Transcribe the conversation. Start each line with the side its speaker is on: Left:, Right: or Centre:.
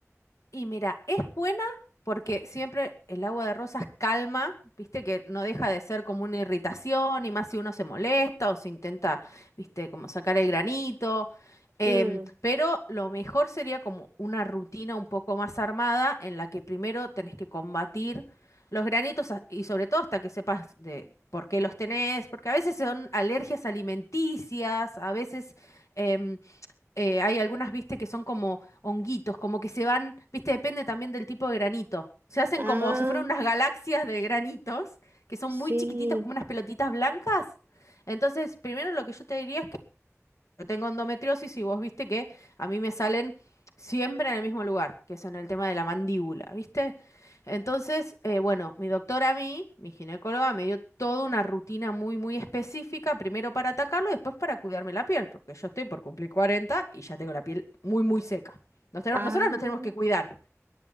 Left: Y mira, es buena porque siempre el agua de rosas calma, viste que no deja de ser como una irritación y más si uno se molesta o se intenta, viste, como sacar el granito. em,
Right: Mm,
Left: pero lo mejor sería como una rutina un poco más armada en la que primero tenés que combatir los granitos a- y sobre todo hasta que sepas de por qué los tenés, porque a veces son alergias alimenticias, a veces... em, eh, hay algunas, viste, que son como honguitos, como que se van, viste, depende también del tipo de granito. Se hacen
Right: Ah,
Left: como si fueran unas galaxias de granitos, que son
Right: sí.
Left: muy chiquititos, como unas pelotitas blancas. Entonces, primero lo que yo te diría es yo tengo endometriosis y vos viste que a mí me salen siempre en el mismo lugar, que es en el tema de la mandíbula, ¿viste? Entonces, eh, bueno, mi doctora a mí, mi ginecóloga, me dio toda una rutina muy, muy específica, primero para atacarlo y después para cuidarme la piel, porque yo estoy por cumplir 40 y ya tengo la piel muy, muy seca. Nos tenemos-
Right: Ah.
Left: nosotros nos tenemos que cuidar.